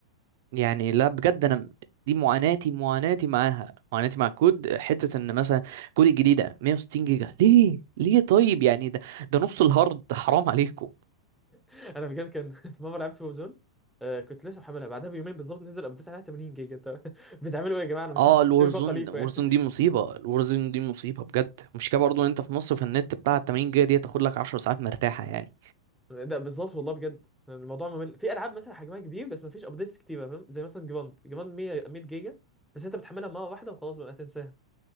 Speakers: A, on the right (about 60°); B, in the centre.
A: يعني لا بجد أنا م- دي معاناتي معاناتي معاها معاناتي مع الكود حتة إن مثلا كود الجديدة 160 جيجا ليه ليه طيب يعني ده ده نص الهارد حرام عليكم
B: انا بجد كان <laughs> في مره لعبت وزون آه كنت لسه محملها بعدها بيومين بالظبط نزل ابديت عليها 80 جيجا طب <laughs> بتعملوا ايه يا جماعه انا مش
A: اه
B: <laughs> عارف
A: الورزون
B: إيه باقه ليكوا
A: الورزون
B: يعني
A: دي مصيبة الورزون دي مصيبة بجد مشكلة برضو ان انت في مصر في النت بتاع 80 جيجا دي تاخد لك 10 ساعات مرتاحة يعني
B: ده بالظبط والله بجد يعني الموضوع ممل في العاب مثلا حجمها كبير بس ما فيش ابديتس كتيره فاهم زي مثلا جراند جراند 100 100 جيجا بس انت بتحملها مره واحده وخلاص بقى هتنساها